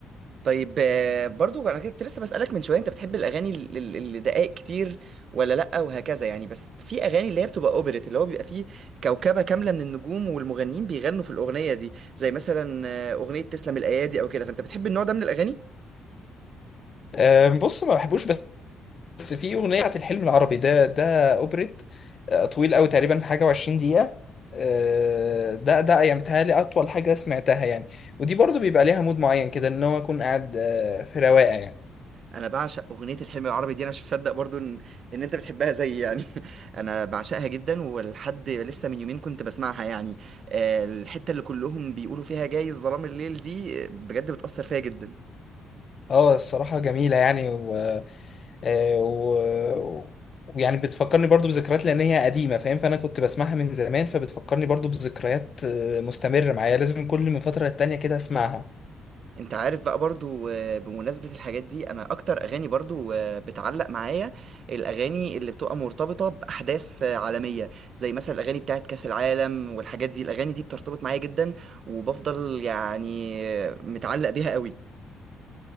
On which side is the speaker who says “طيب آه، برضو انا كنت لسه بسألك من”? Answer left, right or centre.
Right